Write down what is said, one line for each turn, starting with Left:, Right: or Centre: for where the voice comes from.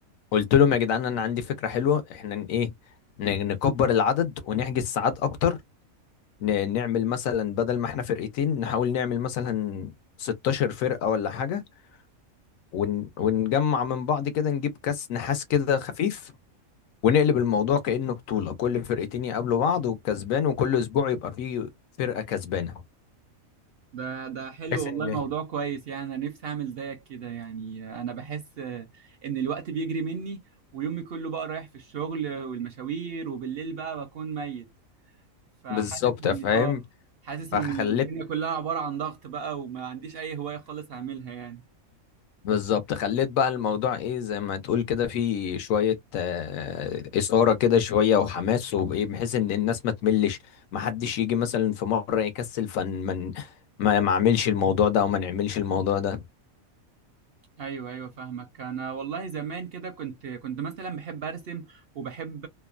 Left: قلت لهم يا جدعان انا عندي فكرة حلوة احنا ن- ايه ن- نكبر العدد ونحجز ساعات اكتر ن- نعمل مثلا بدل ما احنا فرقتين نحاول نعمل مثلا 16 فرقة ولا حاجة ون... ونجمع من بعض كده نجيب كاس نحاس كده خفيف ونقلب الموضوع كأنه بطولة كل فرقتين يقابلوا بعض والكسبان وكل أسبوع يبقى فيه فرقة كسبانة
Right: ده ده حلو
Left: بحيث
Right: والله
Left: إن
Right: موضوع كويس يعني انا نفسي اعمل زيك كده يعني انا بحس آه، ان الوقت بيجري مني ويومي كله بقى رايح في الشغل والمشاوير وبالليل بقى بكون ميت فحاسس
Left: بالظبط
Right: ان
Left: فاهم
Right: اه حاسس
Left: فخلت
Right: ان الدنيا كلها عبارة عن ضغط بقى وما عنديش اي هواية خالص هعملها يعني
Left: بالظبط خليت بقى الموضوع ايه زي ما تقول كده في شوية آه، إثارة كده شوية وحماس وايه بحيث ان الناس ما تملش ما حدش يجي مثلا في مرة يكسل فن من ما ما اعملش الموضوع ده او ما نعملش الموضوع ده
Right: ايوه ايوه فاهمك انا والله زمان كده كنت كنت مثلا بحب ارسم وبحب